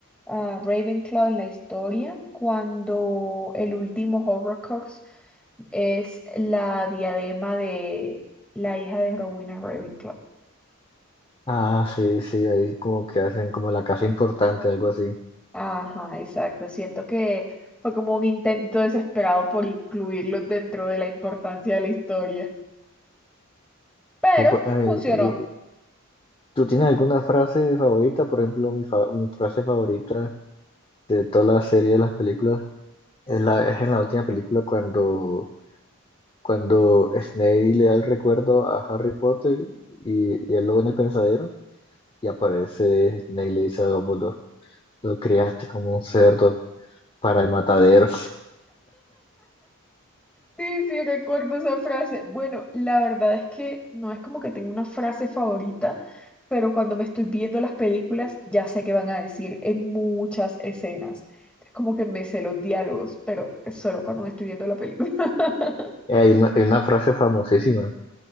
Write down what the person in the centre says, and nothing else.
a Ravenclaw en la historia cuando el último Horrocrux es la diadema de la hija de Rowena Ravenclaw.
Ajá, exacto. Siento que fue como un intento desesperado por incluirlos dentro de la importancia de la historia, pero
funcionó.
Sí, sí, recuerdo esa frase. Bueno, la verdad es que no es como que tenga una frase favorita, pero cuando me estoy viendo las películas ya sé qué van a decir en muchas escenas. Es como que me sé los diálogos, pero es solo cuando me estoy viendo la película. <laughs>